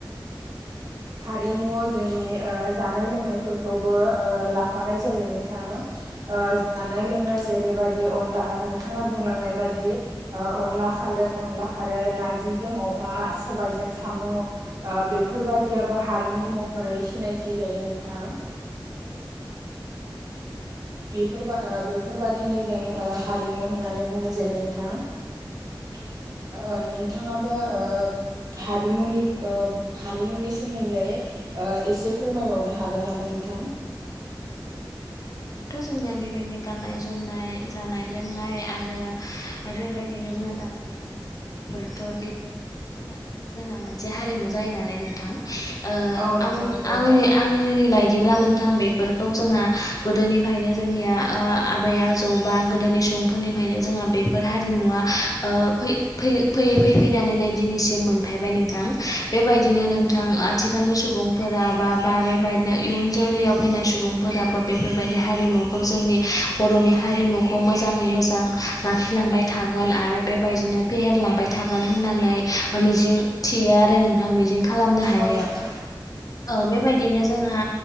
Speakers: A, on the left; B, on the right.
A: <inaudible>
B: हारिमुआव जोंनि ओ जानाय लोंनायफोरखौबो ओ लाफानाय जायो नोंथां ओ जानाय
A: नंगौ
B: लोंनाय जेरैबायदि अनला नोंथाङा बुंलांनाय बादि ओ अनला खालो अनला खारै नारजिजों अमा सबायाइजों साम' ओ बेफोरबादियाबो
A: नोंथां थारैनो नंगौ नोंथां औ
B: हारिमु
A: नंगौ नोंथां
B: महरै सिनायथि जायो नोंथां
A: नंगौ नोंथाङ औ <inaudible>
B: बेफोरबा ओ बेफोरबादिनो जों ओ हारिमु होननानै बुंनाय जायो नोंथां ओ
A: नंगौ नंगौ थारैनो नोंथां
B: नोंथाङाबो ओ हारिमुनि ओ हारिमुनि सोमोन्दै ओ एसे फोरमायबावनो हागोन नामा नोंथां
A: औ नंगौ नोंथाङ हारिमुवाथ' जोंनिया बेबायदि गाननाय जोमनाय जानाय लोंनाय आरो या बेबायदिनो जोङो दामनाय देनाय बेफोरथ' बेफोरखौ लानानैसो जोंना मोने मोनसे हारिमु जायो नालाय नोंथां ओ
B: औ नोंथां
A: आं
B: नंगौ
A: आंनि आंनि बायदिब्ला नों थां बेफोरखौ जोंहा गोदोनिफ्रायनो ओ जोंनिया ओ आबै आजौ बा गोदोनि सुबुंफोरनिफ्राय ओंखायनो जोंहा बेफोर हारिमुवा ओ फै फै फैयै फैयै फैनानै नै दिनैसिम मोनफैबाय नोंथां बेबायदिनो नोंथां आथिखालनि सुबुंफोरा बा बा बेबायदिनो इयुन जोलैयाव फैनाय सुबुंफोराबो बेफोरबायदि हारिमुखौ जोंनि बर'नि हारिमुखौ मोजाङै मोजां लाखिलांबाय थागोन आरो बेबायदिनो फेहेरलांबाय थागोन होननानै ओ मिजिं थियो आ रो नोंथाङा मिजिं खालामनो हायो
B: औ नोंथां
A: ओ बेबायदिनो जोंहा